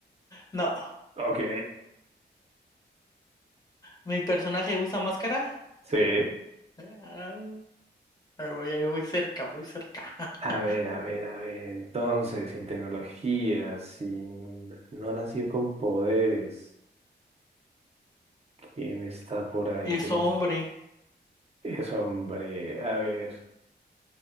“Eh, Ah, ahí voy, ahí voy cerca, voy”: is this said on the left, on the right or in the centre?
Left